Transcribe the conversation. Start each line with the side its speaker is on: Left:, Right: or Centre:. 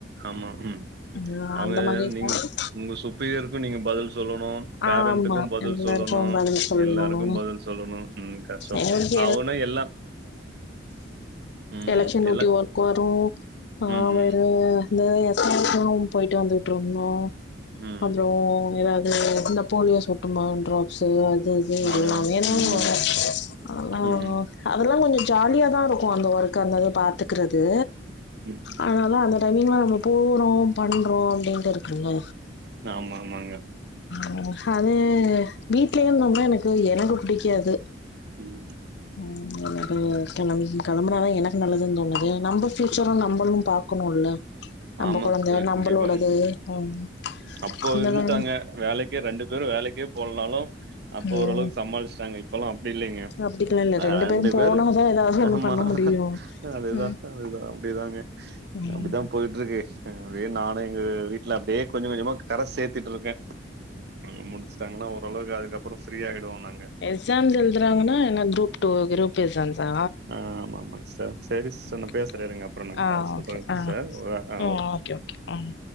Right: ஆமா ம்
Left: ஆ
Right: அவ்ங்க
Left: அந்த மாரி இருக்கு
Right: நீங்க உங்க சுப்பீயருக்கு நீங்க பதில் சொல்லணு பேரண்ட்டுக்கும்
Left: ஆமா
Right: பதில்
Left: எல்லாருக்கு
Right: சொல்லணு
Left: பதில் சொல்லணு
Right: எல்லாருக்கு பதில் சொல்லணு ம் கஷ்டோ
Left: எங்களுக்கு
Right: அவனு எல்லா <inaudible> ம்
Left: எலெக்க்ஷன் டியூட்டி
Right: எல்லா
Left: ஒர்க் வரு ஆ
Right: ம் ம்
Left: வேற இந்த எஸ் ஆர்லா போயிட்டு வந்துட்டு இருந்தோ
Right: ம்
Left: அப்றோ ஏதாவது போலியோ சொட்டுமா டிராப்ஸ்சு அது இது
Right: ஆமா
Left: எல்லாமே ஏதாவொன்னு
Right: ம்
Left: வரு அதெல்லா
Right: ம்
Left: வரு அதல்லா கொஞ்சோ ஜாலிய தான் இருக்கு அந்த ஒர்க்க் அந்தது பாத்துக்கரது
Right: ம்
Left: அனாலு அந்த டைமிங்லா நம்ம போறோ பண்றோ அப்டின்ட்டு இருக்குல
Right: ஆமா ஆமாங்க.
Left: ம் ஹது வீட்லயே இருந்தோம்னா எனக்கு எனக்கு புடிக்காது
Right: ம்
Left: உ எனக்கே கெளம் கெளம்புனாத எனக்கு நல்லதுன்னு தோணுது நம்ப ஃப்யூச்சர நம்பளு பாக்கணுல்ல நம்ம
Right: ஆமா
Left: கொழந்த
Right: சிஸ்டர்
Left: நம்மளோடது
Right: கண்டிப்பா
Left: ம்
Right: அப்போ
Left: இந்த
Right: இருந்துட்டாங்க
Left: காலம்
Right: வேலைக்கே ரெண்டு பேரு வேலைக்கே போலனாலு அப்போ
Left: ம்
Right: ஓரளவுக்கு சமாளிச்சுட்டாங்க இப்பல்லா அப்டி இல்லைங்க
Left: அப்டிக்கெல்லா இல்ல
Right: ரெ ரெண்டு
Left: பேரும்
Right: பேரு
Left: போனாதா ஏதாவது ஒண்ணு
Right: ஆமா
Left: பண்ண முடியு
Right: அதேதா
Left: ம்
Right: அதேதா அப்டிதாங்க
Left: ம்
Right: அப்டிதா போயிட்டு இருக்கு அ அப்டியே நானு எங்க வீட்டுல அப்டியே கொஞ்சோ கொஞ்சமா கர சேர்த்துட்டு இருக்கே ம் முடிச்சுட்டாங்கன்னா ஓரளவுக்கு அதுக்கப்றோ ஃப்ரீ ஆயிடுவோ நாங்க
Left: எக்ஸாம்ஸ் எழுதுறாங்கன்னா என்ன குரூப் டூ குருப் எக்ஸாம்சா
Right: ஆ ஆமாமா சிஸ்டர். சரி சிஸ்டர்
Left: ஓகே
Right: நான் பேசுறேன்
Left: ஓகே
Right: இருங்க. அப்புறம் நான்
Left: ஆ
Right: கால் சொல்றேன்
Left: ஓகே
Right: சிஸ்டர்.
Left: ஆ
Right: ஆ
Left: ம் ஓகே ஓகே ம்.